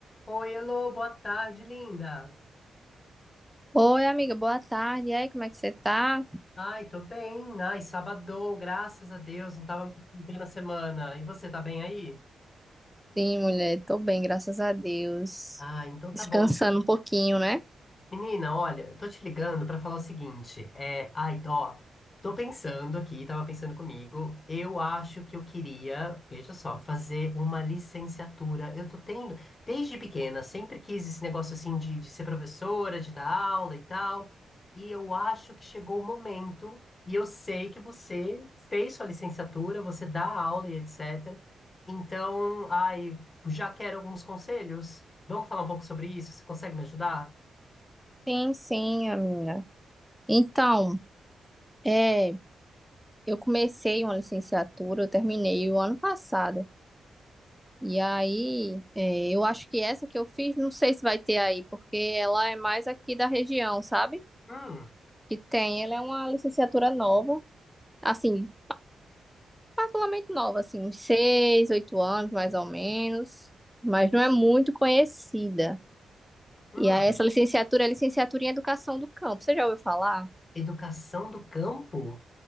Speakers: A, on the left; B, in the centre.
A: Oi, Elô, boa tarde, linda.
B: Oi, amiga, boa tarde. E aí, como é que você tá?
A: Ai, tô bem. Ai, sabadou, graças a Deus, não tava mais na semana. E você, tá bem aí?
B: Sim, mulher, tô bem, graças a Deus.
A: Ah, então tá
B: Descansando
A: bom.
B: um pouquinho, né?
A: Menina, olha, tô te ligando pra falar o seguinte, é, ai, ó, tô pensando aqui, tava pensando comigo, eu acho que eu queria, veja só, fazer uma licenciatura. Eu tô tendo, desde pequena, sempre quis esse negócio assim de, de ser professora, de dar aula e tal, e eu acho que chegou o momento, e eu sei que você fez sua licenciatura, você dá aula e etc. Então, ai, já quero alguns conselhos. Vamos falar um pouco sobre isso? Você consegue me ajudar?
B: Sim, sim, amiga. Então, é, eu comecei uma licenciatura, eu terminei o ano passado. E aí, é, eu acho que essa que eu fiz, não sei se vai ter aí, porque ela é mais aqui da região, sabe?
A: Hum.
B: Que tem, ela é uma licenciatura nova. Assim, particularmente nova, assim, uns seis, oito anos, mais ou menos, mas não é muito conhecida.
A: Hum,
B: E aí, essa licenciatura é licenciatura em Educação do Campo. Você já ouviu falar?
A: educação do campo?